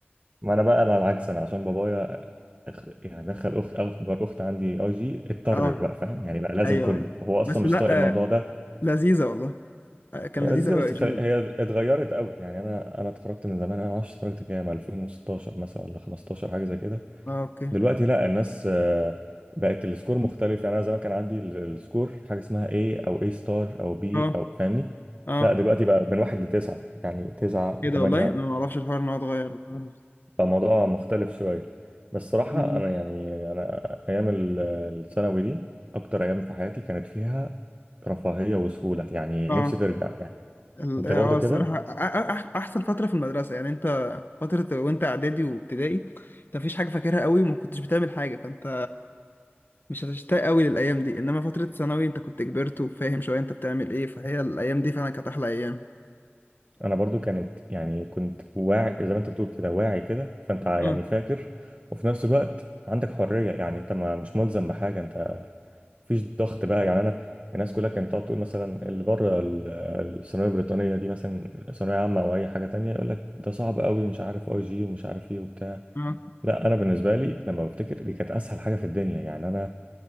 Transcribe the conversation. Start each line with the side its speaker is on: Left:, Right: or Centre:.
Right: ما انا بقى انا العكس انا عشان بابايا أخ... يعني دخل اخت اكبر اخت عندي اي جي اضطر
Left: اه
Right: بقى فاهم يعني بقى لازم
Left: ايوه
Right: كله
Left: ايوه
Right: هو اصلا
Left: بس
Right: مش
Left: لا
Right: طايق الموضوع
Left: آه،
Right: ده
Left: لذيذه والله آه، كان
Right: هي
Left: لذيذ
Right: لذيذه
Left: قوي
Right: بس
Left: اي جي
Right: خ... هي اتغيرت قوي يعني انا انا اتخرجت من زمان انا ما اعرفش اتخرجت كام 2016 مثلا ولا 15 حاجه زي كده
Left: اه اوكي
Right: دلوقتي لا الناس آه، بقت السكور مختلف يعني انا زمان كان عندي ال- السكور حاجه اسمها A او A ستار او B
Left: اه
Right: او فاهمني
Left: اه
Right: لا دلوقتي بقى من واحد لتسعه يعني تسعه
Left: ايه
Right: وثمانيه
Left: ده والله انا ما اعرفش الحوار ان هو اتغير خالص.
Right: فالموضوع مختلف شوية بس صراحة
Left: مم.
Right: أنا يعني أنا أيام ال- الثانوي دي أكتر أيام في حياتي كانت فيها رفاهية وسهولة يعني
Left: اه
Right: نفسي ترجع يعني
Left: ال-
Right: أنت
Left: اه
Right: برضو
Left: آه، الصراحه
Right: كده
Left: أ- أ- أح- احسن فتره في المدرسه يعني انت فتره وانت اعدادي وابتدائي انت مفيش حاجه فاكرها قوي وما كنتش بتعمل حاجه فانت مش هتشتاق قوي للايام دي انما فتره ثانوي انت كنت كبرت وفاهم شويه انت بتعمل ايه فهي الايام دي فعلا كانت احلى ايام
Right: أنا برضو كانت يعني كنت واعي زي ما أنت بتقول كده واعي كده فأنت يعني
Left: اه
Right: فاكر وفي نفس الوقت عندك حرية يعني أنت ما مش ملزم بحاجة أنت مفيش ضغط بقى يعني أنا الناس كلها كانت تقعد تقول مثلا اللي بره ال- الثانويه البريطانيه دي مثلا ثانويه عامه او اي حاجه تانية يقول لك ده صعب قوي مش عارف اي جي ومش عارف ايه وبتاع
Left: اه
Right: لا انا بالنسبه لي لما بفتكر دي كانت اسهل حاجه في الدنيا يعني انا